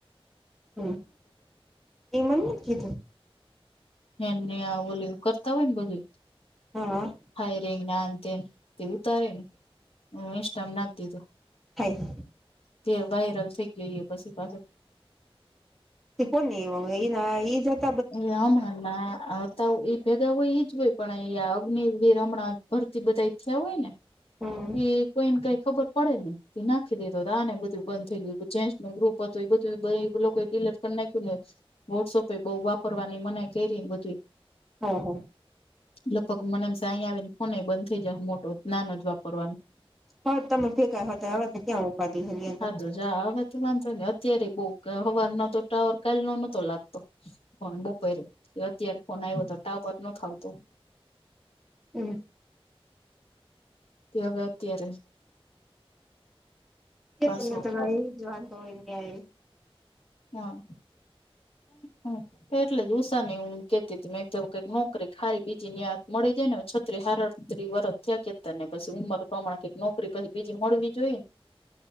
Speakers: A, in the centre; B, on the left.
A: હમ એ મને કીધુ.
B: એનેવું કરતા હોય ને બધું.
A: હા.
B: હાઈ રિંગ ના અંતે દીવ તારે ન હ સ્ટમ નાાગતી.
A: થાય
B: તે વાયરલ થઈ ગયો એ પછી પાસા.
A: તે કોને એવા એવુ.
B: ને અમણા ના આટા ભેગા હોય ઈજ હોય પણ અંયા અગ્નિવર હમણાં ભરતી બધા ઈ થયા હોય ને.
A: હમ
B: તે. કોઈને કઈ ખબરડેને નાખીધ તો આને બધું બંધ થઈ ગયું જે ન ગ્રુપ. એ બધું લોકો લટક નાખ્યું લે વોટસઅપે બઉ વાપરવાની મનાય કરી બધું.
A: હમ હમ.
B: લગભગ મને એમ સાંઈ આવે ને ફોન બંધ થઈ જાય મોટો જ નાાન જ કવાનું.
A: હા તમે ભેગા હતા હવે તો ક્યાં ઉપાદી છે એની અંદર
B: હાદો હવે તો વાંધો ને અત્યારે બહ હવાર ન તો ટાવર કાલ ન નતો લાગતો. ફોન બપેરે્યો અત્યારે ફોન આવ્યો તો ટાવર ન થ આવતો.
A: હો.
B: તે હવે અત્યારે
A: એ
B: પાછો
A: તને તો એ જ વાંધ તો હોય નહીં.
B: હા.
A: <inaudible>
B: હ તો એટલે જ ઉષા નહી હ કેતી હતી મેં કઈક નોકરી ખારી બીજી ન્યા મળી જાય ને ત હારત્રી વર્ષ થયા કેતા ને પછી ઉંમર પ્રમાણ કઈક નોકરી પછી બીજી મળવી જોઈએ ને.